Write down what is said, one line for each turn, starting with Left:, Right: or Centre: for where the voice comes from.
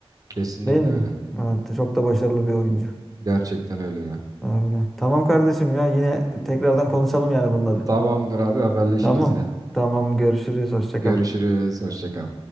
Right: Kesinlikle
Centre: Değil mi?
Right: öyle.
Centre: Evet, çok da başarılı bir oyuncu.
Right: Gerçekten öyle ya.
Centre: Öyle. Tamam kardeşim ya yine tekrardan konuşalım yani bunları.
Right: Tamamdır abi haberleşiriz
Centre: Tamam.
Right: yine.
Centre: Tamam görüşürüz. Hoşça
Right: Görüşürüz.
Centre: kal.
Right: Hoşça kal.